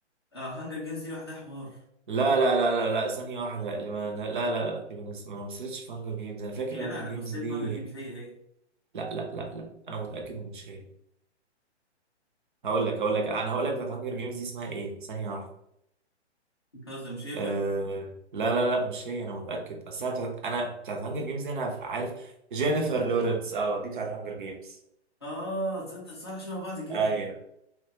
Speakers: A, on the left (about 25°); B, on the right (about 45°).
A: آه هانجر جيمز دي لوحدها حوار
B: لا لا لا لا لا ثانية واحدة اللي ما لا لا لا لا دي ما نس- ما مثلتش في هانجر جيمز انا فاكر
A: يا جدع
B: هانجر
A: انا
B: جيمز
A: مثلت
B: دي
A: هانجر جيمز هي هي
B: لا لا لا لا انا متأكد ان مش هي هقول لك هقول لك انا هقول لك بتاعت هانجر جيمز دي اسمها ايه ثانية واحدة
A: بتهزر مش هي بجد
B: آه لا لا لا مش هي انا متاكد اصل انا بتاعت انا بتاعت هانجر جيمز دي انا عارف جينيفر لورنس اه دي بتاعت هانجر جيمز
A: اه تصدق صح شبه بعض جدا
B: ايوه